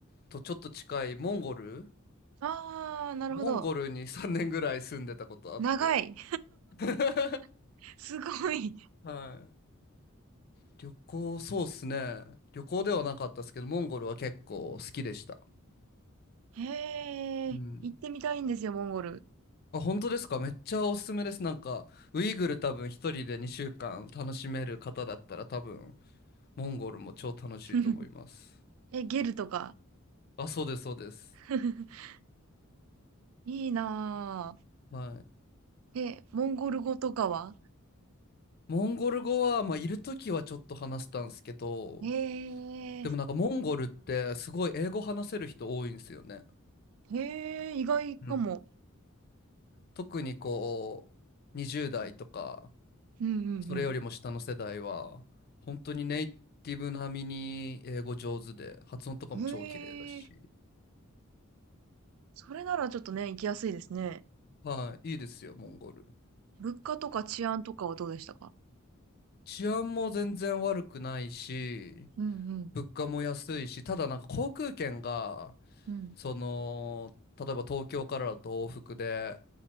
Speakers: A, on the left; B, on the right.
A: とちょっと近いモンゴル
B: あー、なるほど。
A: モンゴルに3年ぐらい住んでたことあって。
B: 長い。
A: <laughs>
B: <laughs> すごい。
A: はい。旅行、そうっすね。旅行ではなかったですけど、モンゴルは結構好きでした。
B: へー。
A: うん。
B: 行ってみたいんですよ、モンゴル。
A: あ、本当ですかめっちゃおすすめです。なんか、ウイグル多分一人で2週間楽しめる方だったら多分モンゴルも超楽しいと思います。
B: <laughs> え、ゲルとか。
A: あ、そうです、そうです。
B: <laughs> いいな
A: はい。
B: ぁ。え、モンゴル語とかは
A: モンゴル語は、まあ、いるときはちょっと話したんですけど、
B: ええ
A: でもなんかモンゴルってすごい英語話せる人多いんですよね。
B: へえ、意外かも。
A: うん特にこう、20代とか、
B: うんうん
A: それよりも下の世代は、本当にネイティブ並みに英語上手で、発音とかも超綺麗だし、
B: うん。へえ、それならちょっとね、行きやすいですね。
A: はい、いいですよ、モンゴル。
B: 物価とか治安とかはどうでしたか
A: 治安も全然悪くないし、
B: うんうん。
A: 物価も安いし、ただなんか航空券が、
B: うん
A: その、例えば東京からだと往復で